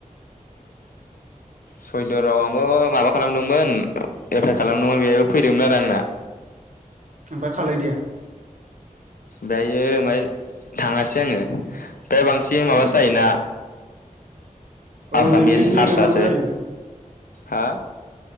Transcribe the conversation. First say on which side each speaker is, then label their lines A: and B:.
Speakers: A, on the left (about 85°); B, on the right (about 60°).
A: सयदर राव आंबो माबा खालामदोंमोन एप्लाइ खालामदोंमोन बेहायबो फैदोंमोन आरो आंना।
B: ओमफाय खालाय दिया?
A: दायो माय थाङासै आङो। ओमफाय बांसिन माबासो जायोना
B: औ
A: आसामिस
B: इंलिसनि
A: हारसासो
B: लिरनांगौ जायो
A: हा?